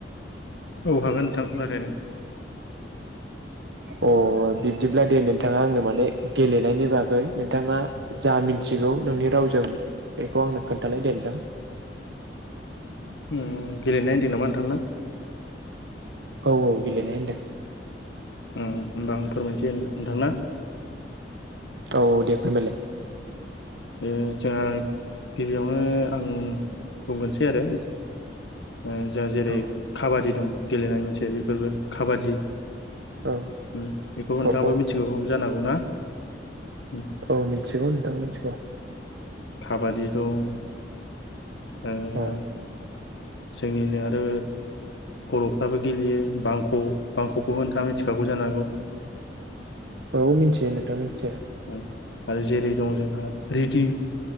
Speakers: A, on the left; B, on the right.
A: औ हागोन नोंथां रायलायनो
B: अ बिबदिब्ला दे नोन थाङा आंनो माने गेलेनायनि बागै नोंथाङा जा मिनथिगौ नोंनि रावजों बेखौ आंनो खोन्थालायदे नोंथां
A: उम गेलेनाय होनदों नामा नोंथां ना
B: औ औ गेलेनाय होनदों
A: उम होमबा आं फोरमायनसै नोंथां ना
B: औ औ दे फोरमायलाय
A: ओ जोंहा गिबियावनो आं बुंगोनसै आरो ओ जोहा जेरै
B: औ
A: काबादि दं गेलेनाय मोनसे बेफोरबो खाबादि
B: औ
A: उम बेखौ बो
B: औ
A: नोंथाङाबो
B: औ
A: मिथिगौ जानांगौ ना उम
B: औ मिनथिगौ नोंथां मिनथिगौ
A: खाबादि दं ओ
B: औ
A: जोंनिनो आरो बर'फ्राबो गेलेयो बांख' बांख'खौबो नोंथाङा मिथिखागौ जानो हागौ
B: औ मिनथियो नोंथां मिनथियो
A: उम आरो जेरै दं जोंहा रेदि